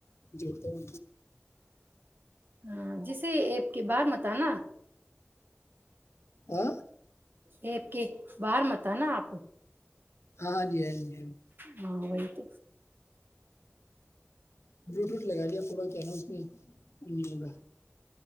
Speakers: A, on the left; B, on the right.
A: جوڑتا ہو
B: ہاں جسے ایپ کے بار متانا
A: ا
B: ایکپ کے باہر مت نا آپ
A: ہاں جی ہ جی
B: ہاں وہی <inaudible>
A: بلوٹوتھ لگا لیا تھوڑا کہ نا اس میں نہیں ہوگا